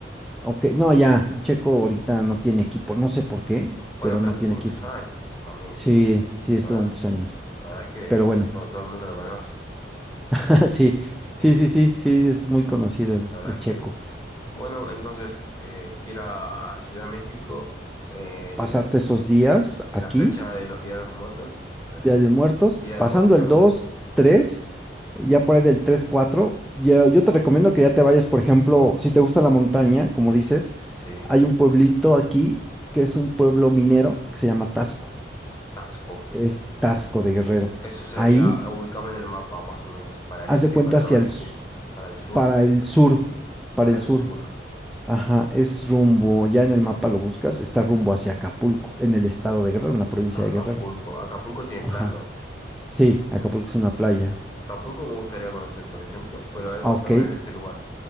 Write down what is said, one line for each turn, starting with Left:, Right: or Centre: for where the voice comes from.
Centre: Ok,
Left: eh,
Centre: no, ya, Checo ahorita no tiene equipo. No sé por qué,
Left: bueno,
Centre: pero
Left: pero
Centre: no
Left: estuvo
Centre: tiene
Left: muchos
Centre: equipo.
Left: años también.
Centre: Sí, sí, estuvo
Left: Para,
Centre: muchos años.
Left: la verdad es que
Centre: Pero bueno,
Left: todo, todo el mundo lo conoce,
Centre: <laughs> sí, sí,
Left: ¿sí?
Centre: sí, sí, sí, es muy conocido el,
Left: La verdad
Centre: el
Left: es
Centre: Checo.
Left: que, bueno, entonces eh, ir a, a Ciudad de México, en
Centre: Pasarte esos días
Left: En
Centre: aquí.
Left: la fecha de los Días de los Muertos, este,
Centre: Día de
Left: eh,
Centre: Muertos,
Left: Día
Centre: pasando
Left: de Muertos,
Centre: el
Left: perdón,
Centre: dos tres ya por ahí del 3, 4, ya- yo te recomiendo que ya te vayas, por ejemplo, si te gusta la montaña, como dices,
Left: sí,
Centre: hay un pueblito aquí que es un pueblo minero que se llama Tasco,
Left: Tasco.
Centre: es Tasco de Guerrero.
Left: Eso sería,
Centre: Ahí,
Left: ubícame en el mapa, más o menos, para el
Centre: haz
Left: este,
Centre: de cuenta
Left: para el
Centre: hacia
Left: oeste,
Centre: el, s-
Left: para el sur,
Centre: para el sur, para
Left: para
Centre: el
Left: el
Centre: sur,
Left: sur.
Centre: ajá, es rumbo, ya en el mapa lo buscas, está rumbo hacia Acapulco, en el estado de Guerrero, en la provincia
Left: Acapulco.
Centre: de Guerrero,
Left: Acapulco tiene
Centre: ajá.
Left: playa.
Centre: Sí, Acapulco es una playa.
Left: Acapulco me gustaría conocer, por ejemplo, pero a ver,
Centre: Ah,
Left: contame
Centre: Ok,
Left: de ese lugar.